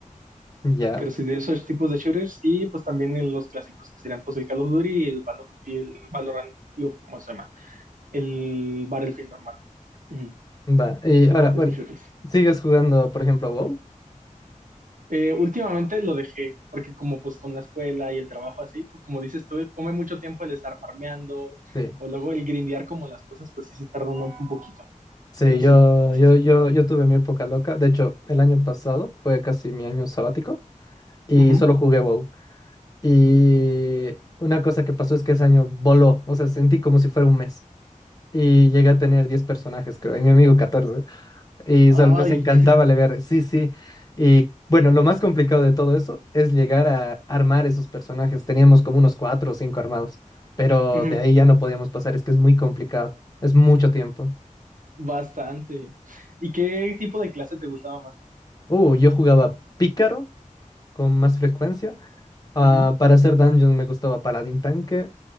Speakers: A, on the left; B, on the right.
A: Ya,
B: Pero sí, de esos tipos de shooters y pues también en los clásicos que serían pues el Call of Duty y el, Valo- y el Valorant, digo, ¿cómo se llama? El Battlefield normal. Ujú,
A: va. Y
B: Justamente
A: ahora, bueno,
B: esos shooters.
A: ¿sigues jugando, por ejemplo, WoW?
B: Eh, últimamente lo dejé, porque como pues con la escuela y el trabajo así, pues como dices tú, come mucho tiempo el estar farmeando,
A: Sí.
B: o luego el grindear como las cosas, pues sí se tarda uno un poquito,
A: Sí,
B: pero sí,
A: yo,
B: sí,
A: yo,
B: sí.
A: yo, yo tuve mi época loca. De hecho, el año pasado fue casi mi año sabático y
B: Ujú.
A: solo jugué WoW. Y una cosa que pasó es que ese año voló. O sea, sentí como si fuera un mes. Y llegué a tener 10 personajes, creo, y mi amigo catorce Y
B: Ay,
A: sol- nos encantaba leer, sí, sí. Y bueno, lo más complicado de todo eso es llegar a armar esos personajes. Teníamos como unos cuatro o cinco armados, pero
B: ujú,
A: de ahí ya no podíamos pasar, es que es muy complicado, es mucho tiempo.
B: bastante. ¿Y qué tipo de clase te gustaba más?
A: Uh, yo jugaba pícaro con más frecuencia. Ah,
B: Ujú,
A: para hacer dungeons me gustaba paladín tanque.